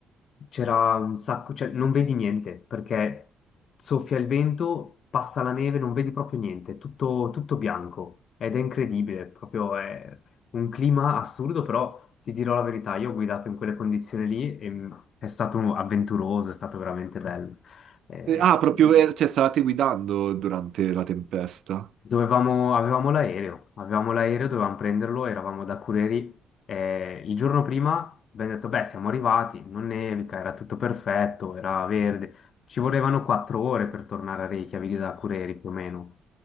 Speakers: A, on the left; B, on the right.
A: c'era un sacco, cioè non vedi niente perché soffia il vento, passa la neve, non vedi proprio niente, tutto, tutto bianco ed è incredibile, proprio è un clima assurdo, però ti dirò la verità, io ho guidato in quelle condizioni lì e mm, è stato avventuroso, è stato veramente bello. Eh,
B: Eh, ah, proprio, eh, cioè, stavate guidando durante la tempesta.
A: Dovevamo, avevamo l'aereo, avevamo l'aereo, dovevamo prenderlo, eravamo da Cureri. eh, il giorno prima abbiamo detto, beh, siamo arrivati, non nevica, era tutto perfetto, era verde. Ci volevano quattro ore per tornare a Reykjavik da Cureri più o meno.